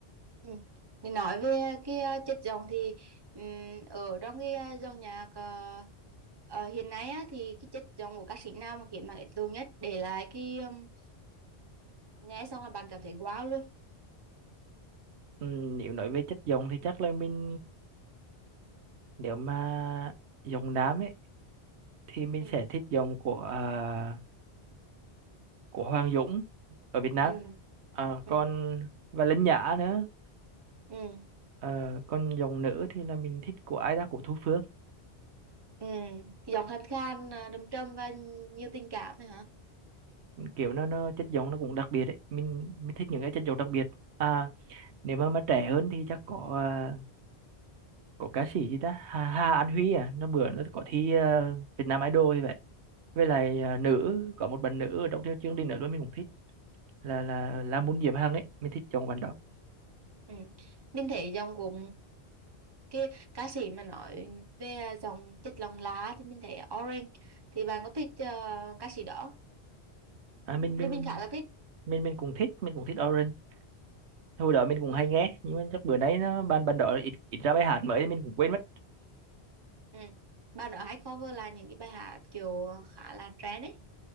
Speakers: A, on the right; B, on the right.
A: Ừ. Thì nói về cái ờ, chất giọng thì ừm, ở trong cái ờ, dòng nhạc ờ, ờ, hiện nay á, thì cái chất giọng của ca sĩ nào mà khiến bạn ấn tượng nhất để lại cái ừm, nghe xong là bạn cảm thấy wow luôn
B: Ừ, nếu nói về chất giọng thì chắc là mình nếu mà giọng nam ấy thì mình
A: ừ.
B: sẽ thích giọng của à, của Hoàng Dũng ở Việt Nam
A: Ừ.
B: à,
A: Ừ.
B: còn và Linh Nhã nữa
A: Ừ.
B: à, còn giọng nữ thì là mình thích của ai đó của Thu Phương
A: Ừ. Cái giọng khàn khàn ờ, đầm trầm và nhiều tình cảm này hả
B: kiểu nó nó chất giọng nó cũng đặc biệt ấy mình mình thích những cái chất giọng đặc biệt à nếu mà mà trẻ hơn thì chắc có à, có ca sĩ gì ta Hà, Hà An Huy à nó bữa nó có thi à, Việt Nam Idol như vậy với lại à, nữ có một bạn nữ ở trong chương chương trình nữa luôn mình cũng thích là là là muốn diễm hằng ấy mình thích chọn bạn đó
A: ừ. mình thấy giọng của cái ca sĩ mà nói về ờ, giọng chất lòng lá thì mình thấy Orange thì bạn có thích ờ, ca sĩ đó
B: à mình mình
A: vì mình khá là thích
B: mình mình cũng thích mình cũng thích Orange hồi đó mình cũng
A: Ừ.
B: hay nghe nhưng mà chắc bữa nay nó ban ban đó ít, ít ra bài hát mới mình cũng quên mất
A: Ừ. Bài đó hay cover là những cái bài hát kiểu khá là trend ấy.